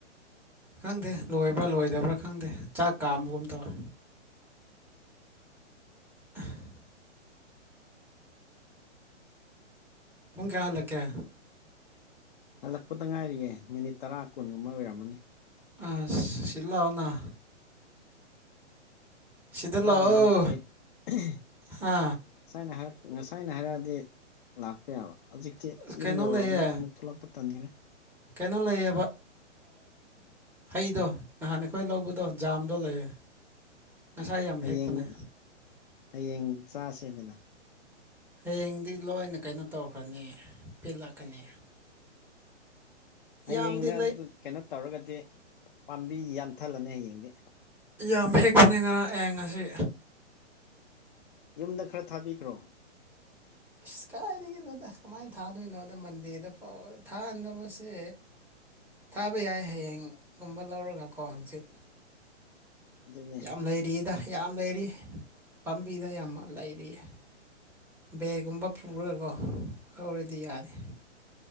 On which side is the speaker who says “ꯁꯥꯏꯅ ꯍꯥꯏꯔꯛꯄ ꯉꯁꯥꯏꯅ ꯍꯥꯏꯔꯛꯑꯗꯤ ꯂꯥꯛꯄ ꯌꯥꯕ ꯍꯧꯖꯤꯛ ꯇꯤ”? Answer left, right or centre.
Left